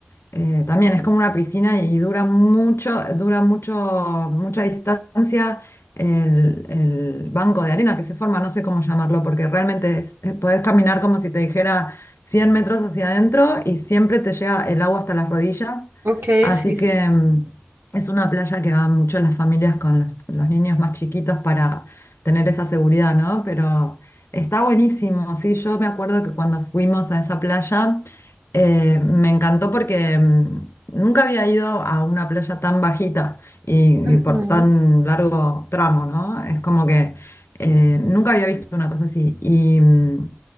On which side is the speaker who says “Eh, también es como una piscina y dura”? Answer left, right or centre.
Left